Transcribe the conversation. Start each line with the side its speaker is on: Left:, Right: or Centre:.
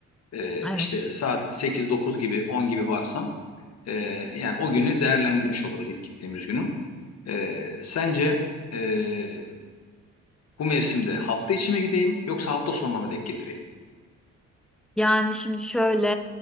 Left: E,
Centre: Evet.
Left: işte saat sekiz dokuz gibi 10 gibi varsam e, yani o günü değerlendirmiş oluruz ilk gittiğimiz günü. E, sence e, bu mevsimde hafta içi mi gideyim yoksa hafta sonuna mı denk getireyim?
Centre: Yani şimdi şöyle